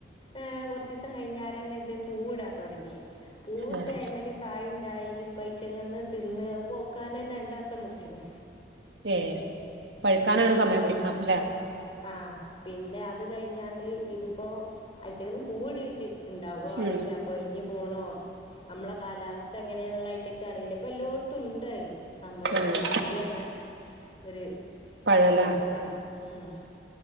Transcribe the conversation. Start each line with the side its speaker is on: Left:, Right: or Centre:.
Left: ഏഹ് കൊറച്ച് ദിവസം കഴിഞ്ഞാരന്നെ ഇത് പൂ ഇടാൻ തൊടങ്ങി. പൂവിട്ട്
Right: ഏഹ്
Left: അയ്മ്മല് കായും ണ്ടായി. പൈച്ചങ്ങന്ന് തിന്ന് വോ കാനൻ രണ്ടാസം മുടിച്ചിന്.
Right: ഏഹ് പഴുക്കാനാണ് സമയം പിടിക്കണെ അപ്പല്ലേ
Left: ആഹ് പിന്നെ അത് കഴിഞ്ഞാണ്ട് ഇതിപ്പോ അ തീന്ന് പൂവിടീണ്ട് ഇണ്ടാവോ അറിയില്ല
Right: ഉം
Left: അപ്പ ഇഞ്ഞി പോണോ നമ്മളെ കാലാവസ്ഥ എങ്ങനെയന്നുള്ള അയിറ്റൊക്കെ അറിയില്ല ഇപ്പൊ എല്ലോടത്തും ഉണ്ടയി സംഭവത്തില്
Right: ഏഹ്
Left: അബിയ പറഞ്ഞ് ഒര്
Right: പഴല്ലേ
Left: ഫ്രൂട്സാണ് ഉം